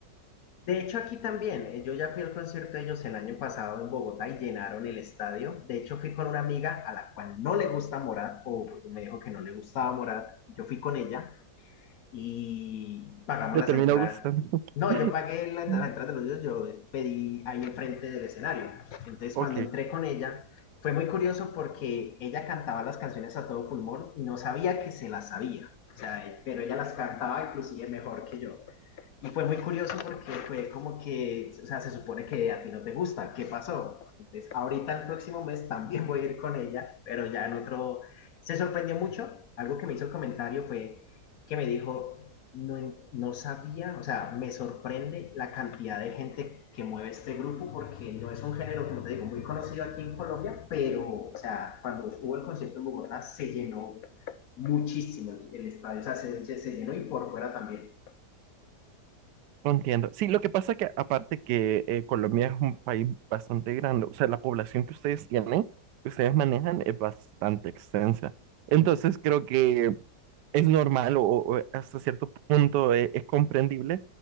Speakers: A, on the left (about 70°); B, on the right (about 80°).
A: De hecho, aquí también, eh, yo ya fui al concierto de ellos el año pasado en Bogotá y llenaron el estadio. De hecho, fui con una amiga a la cual no le gusta Morat, o me dijo que no le gustaba Morat. Yo fui con ella y pagamos
B: Le
A: las
B: terminó
A: entradas.
B: gustando.
A: No, yo pagué la- las
B: Mm.
A: entradas de los dos, yo pedí ahí enfrente del escenario. Entonces,
B: Ok.
A: cuando entré con ella, fue muy curioso porque ella cantaba las canciones a todo pulmón y no sabía que se las sabía. O sea, eh, pero ella las cantaba inclusive mejor que yo. Y fue muy curioso porque fue como que, o sea, se supone que a ti no te gusta, ¿qué pasó? Entonces, ahorita el próximo mes también voy a ir con ella, pero ya en otro... Se sorprendió mucho, algo que me hizo el comentario fue que me dijo, no, no sabía, o sea, me sorprende la cantidad de gente que mueve este grupo porque no es un género, como te digo, muy conocido aquí en Colombia, pero, o sea, cuando hubo el concierto en Bogotá se llenó muchísimo el, el estadio, o sea, se, se llenó y por fuera también.
B: Entiendo. Sí, lo que pasa es que aparte que eh, Colombia es un país bastante grande, o sea, la población que ustedes tienen, que ustedes manejan es bastante extensa. Entonces creo que es normal o, o eh, hasta cierto punto e- es, comprendible